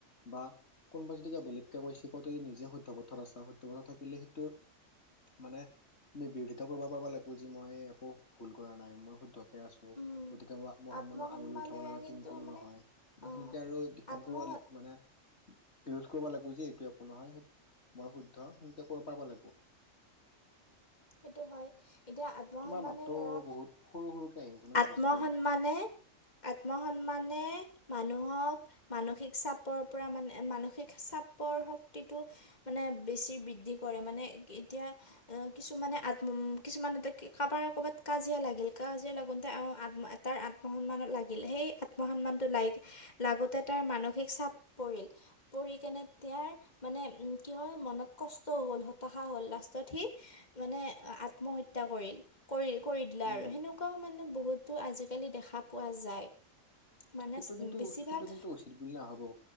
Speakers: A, on the left; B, on the left.
A: বা কোনবাই যদি কিবা, বেলেগকে কৈছে কওঁতে যদি নিজে শুদ্ধ পথত আছাঁ, শুদ্ধ পথত থাকিলে সেইটো মানে তুমি, বিৰোধিতা কৰিব পাৰব লাগব যে, মই একো ভুল কৰা নাই, মই শুদ্ধ। <inaudible> আছোঁ
B: উম,
A: গতিকে, মোৰ আত্মসন্মানত
B: আত্মসন্মানে
A: আঙুলি উঠাব লগা
B: কিন্তু
A: তুমি কোনো
B: মানে
A: নহয়। বা
B: অঁ
A: সেনেকে আৰু ডিফেন
B: আত্মসন
A: কৰিব মানে, বিৰোধ কৰিব লাগব যে এইটো একো নহয়। মই শুদ্ধ সেনেকে ক'ব পাৰিব লাগব।
B: সেটো হয়, এতিয়া আত্মসন্মানে
A: তোমাৰ মাতটো
B: ধৰা
A: বহুত সৰু সৰুকে, আহি <inaudible>
B: আত্মসন্মানে,
A: নাই
B: আত্মসন্মানে, মানুহক মানসিক চাপৰ পৰা, মানে মানসিক চাপৰ শক্তিটো মানে বেছি বৃদ্ধি কৰে, মানে এতি এতিয়া অ, কিছুমানে আত্ম উম, কিছুমান <inaudible> কাৰোবাৰ কবাত কাজিয়া লাগিল, কাজিয়া লাগ তে, অ, আতম তাই আত্মসন্মানত লাগিল, সেই আত্মসন্মানটো লাইগ লাগোতে তাৰ মানসিক চাপ পৰিল, পৰি কেনে তিয়াৰ মানে উম, কি হয়, মনত কষ্ট হ'ল, হতাশা হ'ল। লাষ্টত সি মানে আত্মহত্যা, কৰিল। কৰিল, কৰি দিলে আৰু
A: উম
B: সেনেকুৱাও মানে বহুতো আজিকালি দেখা পোৱা যায়। মানে
A: সেইটো কিন্তু,
B: বেছিভাগ
A: সেইটো কিন্তু, উচিত বুলি নাভাবো